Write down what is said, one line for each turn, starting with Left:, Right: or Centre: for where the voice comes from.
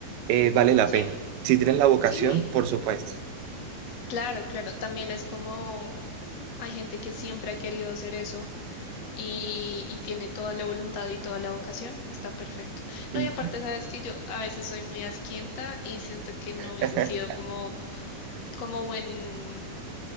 Right: eh, vale la
Left: sí,
Right: pena. Si tienes la vocación,
Left: sí.
Right: por supuesto.
Left: Claro, claro, también es como hay gente que siempre ha querido hacer eso y, y tiene toda la voluntad y toda la vocación, está perfecto. No,
Right: Ujú.
Left: y aparte sabes que yo a veces soy muy asquienta y siento que no hubiese
Right: <laughs>
Left: sido como, como buen,